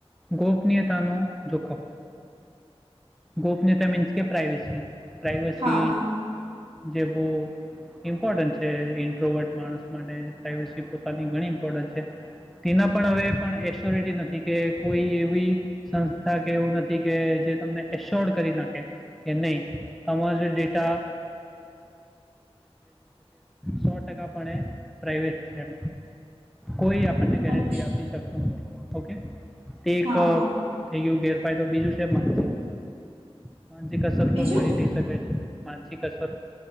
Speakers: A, in the centre; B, on the right (about 60°).
A: ગોપનીયતાનો જોખમ ગોપનીયતા મીન્સ કે પ્રઇવેસી પ્રાઈવેસી
B: હા હા
A: જે બહ ઇમ્પોર્ટન્ટ છે ઇન્ટ્રોવટ માણસ માટે પ્રાઈવેસી પોતાની ઘણી ઇમ્પોર્ટન્ટ છે તેના પણ હવે પણ એસ્યોરિટી નથી કે કોઈ એવી સંસ્થા કે એવું નથી કે જે તમને એશ્યોર્ડ કરી નાખે કે નહીં તમા જે ડેટ સો ટકા પણ પ્રવેટ છે કોઈ ગેરંટી
B: અચ્છા
A: આપી ઓકે એકઅપ
B: હા હા
A: થઈ ગયું ગર ફાયદો બીજું છે માનસિક અસર માનસિક અસર
B: બીજું
A: પણ ઘણી થઈ શકે છે માનસિક અસર